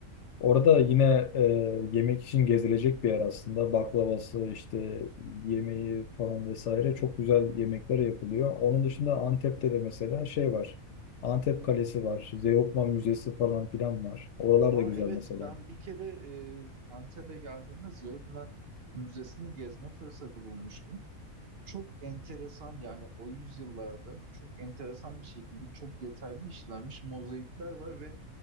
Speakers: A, on the left; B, on the right.
A: orada yine e, yemek için gezilecek bir yer aslında. Baklavası işte yemeği falan vesaire çok güzel yemekler yapılıyor. Onun dışında Antep'te de mesela şey var. Antep Kalesi var. Zeugma Müzesi falan filan var. Oralar
B: Ama
A: da güzel
B: evet
A: mesela.
B: ben bir kere e, Antep'e geldiğimde Zeugma Müzesi'ni gezme fırsatı bulmuştum. Çok enteresan yani o yüzyıllarda çok enteresan bir şekilde çok detaylı işlenmiş mozaikler var ve